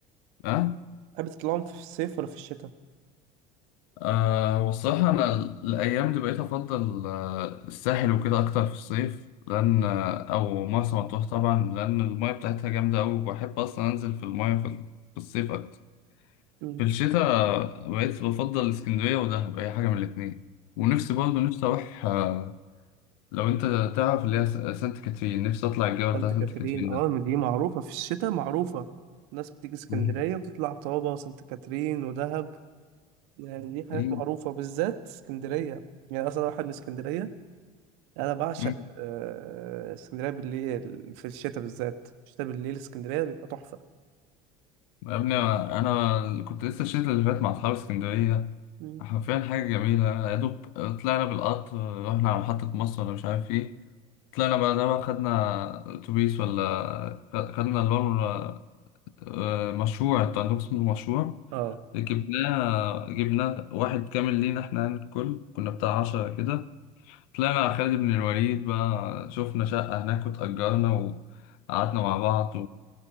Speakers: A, on the left; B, on the right.
A: ها
B: تحب تطلعهم في الصيف ولا في الشتاء
A: آه والصراحة أنا ال- الأيام دي بقيت أفضل آه، الساحل وكده أكتر في الصيف لأن آه، أو مرسى مطروح طبعا لأن الماية بتاعتها جامدة أوي وبحب أصلا أنزل في الماية في ال- في الصيف أكتر
B: مم.
A: في الشتاء بقيت بفضل اسكندرية ودهب أي حاجة من الاتنين ونفسي برضه نفسي أروح آه، لو أنت تعرف اللي هي س- سانت كاترين نفسي أطلع الجبل
B: فانت
A: بتاع
B: كاترين
A: سانت كاترين
B: اه ما دي معروفة في الشتاء معروفة الناس بتيجي اسكندرية
A: ده
B: وبتطلع طابة وسانت كاترين ودهب يعني دي حاجات
A: مم.
B: معروفة بالذات اسكندرية يعني أصلا أنا واحد من اسكندرية أنا بعشق
A: مم.
B: آه، اسكندرية بالليل في الشتاء بالذات الشتاء بالليل اسكندرية بيبقى تحفة
A: يا ابني انا كنت لسه الشتا اللي فات مع اصحاب اسكندريه
B: مم.
A: حرفيا حاجه جميله يا دوب طلعنا بالقطر رحنا على محطه مصر ولا مش عارف ايه طلعنا بعدها بقى خدنا اتوبيس ولا خ- خدنا اللي هو ال- مشروع انتوا عندكم اسمه مشروع
B: اه
A: جبناه جبناه واحد كامل لينا احنا يعني الكل كنا بتاع عشرة كده طلعنا على خالد بن الوليد بقى شفنا شقة هناك وتأجرنا وقعدنا مع بعض